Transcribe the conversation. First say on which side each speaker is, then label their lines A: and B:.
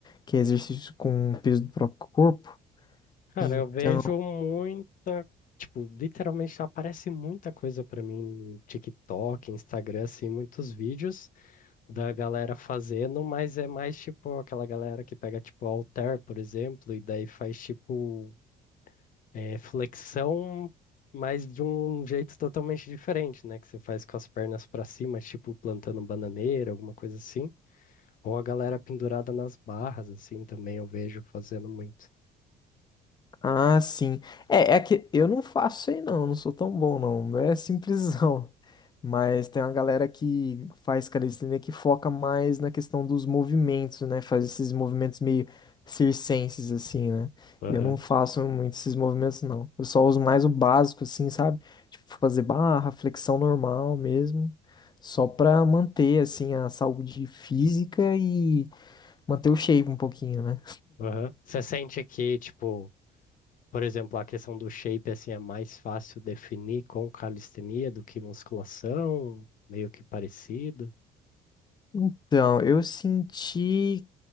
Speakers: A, on the left; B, on the left.
A: que é exercício com o peso do próprio corpo,
B: Cara,
A: então
B: eu vejo muita. Tipo, literalmente aparece muita coisa pra mim no TikTok, Instagram, assim, muitos vídeos da galera fazendo, mas é mais tipo aquela galera que pega, tipo, halter, por exemplo, e daí faz tipo É flexão, mas de um jeito totalmente diferente, né? Que você faz com as pernas para cima, tipo plantando bananeira, alguma coisa assim. Ou a galera pendurada nas barras, assim, também eu vejo fazendo muito.
A: Ah, sim. É, é que eu não faço isso aí não, não sou tão bom não. <laughs> É simplesão. Mas tem uma galera que faz calistenia que foca mais na questão dos movimentos, né? Faz esses movimentos meio circenses assim, né?
B: Aham,
A: Eu não faço muito esses movimentos não. Eu só uso mais o básico assim, sabe? Tipo fazer barra, flexão normal mesmo, só pra manter assim a saúde física e manter o shape um pouquinho, né?
B: aham. Você sente que, tipo, por exemplo, a questão do shape, assim, é mais fácil definir com calistenia do que musculação? Meio que parecido?
A: Então, eu senti